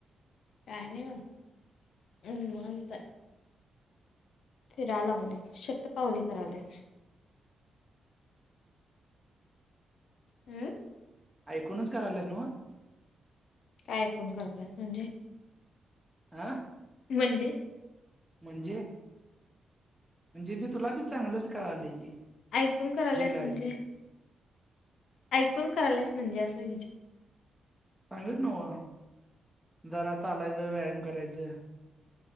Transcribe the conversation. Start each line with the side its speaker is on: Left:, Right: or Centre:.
Left: कायं नाहीं मं मांतया फिरांयला लागले शेतपावली कराले हम्मं
Centre: ऐकूंनच करां ल्यांस नं व
Left: कायं ऐकूंन करतेस म्हणजे
Centre: आंह
Left: म्हणजे
Centre: म्हणजे म्हणजे ते तुंला बी चांगलंच कळांले की
Left: ऐकूंन करायलांस
Centre: काय
Left: म्हणजे
Centre: ते
Left: ऐकूंन करायलांस म्हणजे असंच
Centre: सांगित नांव जरां थांबा यचं व्यायाम करायचं